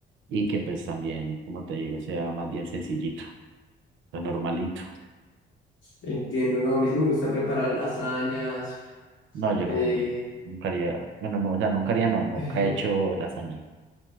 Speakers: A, on the right (about 75°); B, on the left (about 75°).
A: y que pues también, como te digo, sea más bien sencillito, lo normalito.
B: Entiendo, no, a mí sí me gusta preparar lasañas.
A: No, yo
B: eh,
A: no, nunca haría, bueno, no, o sea, nunca haría, no, nunca
B: <laughs>
A: he hecho lasaña,